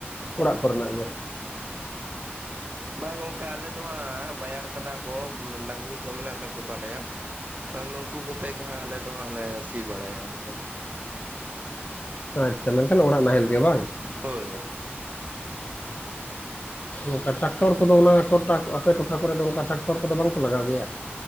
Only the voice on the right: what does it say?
ᱵᱟᱝ ᱜᱚᱝᱠᱮ ᱟᱞᱮ ᱫᱚ ᱦᱟᱸᱜ, ᱵᱟᱭᱟᱨ ᱠᱟᱰᱟ ᱠᱚ ᱰᱟᱝᱨᱤ ᱠᱚ ᱢᱮᱱᱟᱜ ᱟᱠᱟᱫ ᱠᱚ ᱛᱟᱞᱮᱭᱟ᱾ ᱱᱩᱝᱠᱩ ᱠᱚᱛᱮ ᱜᱮ ᱦᱟᱸᱜ ᱟᱞᱮ ᱫᱚ ᱦᱟᱸᱜ ᱞᱮ ᱥᱤ ᱵᱟᱲᱟᱭᱟ ᱟᱨ ᱠᱤ ᱾
ᱦᱳᱭ ᱦᱳᱭ